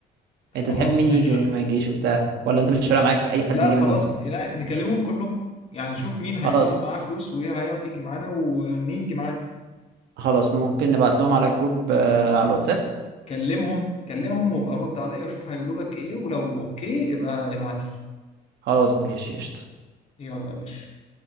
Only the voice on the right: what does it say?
انت تحب مين
يجي ومين ما يجيش وبتاع ولا انت مش فارق معاك اي حد
يجي
منهم
خلاص
خلاص ممكن نبعت لهم على جروب آه، على الواتساب
خلاص ماشي قشطة